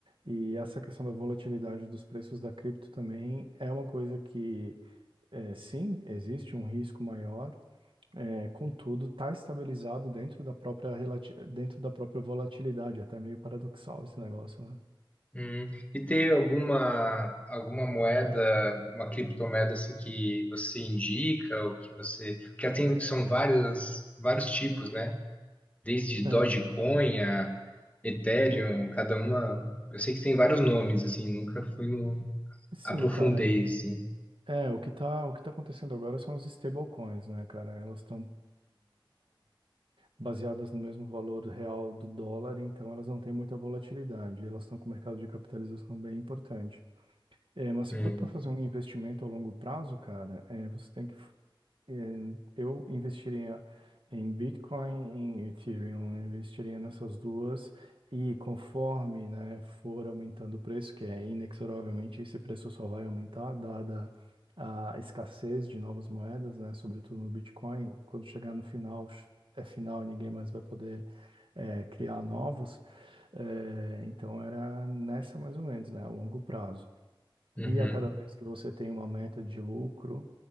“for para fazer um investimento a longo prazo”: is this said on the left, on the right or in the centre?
Right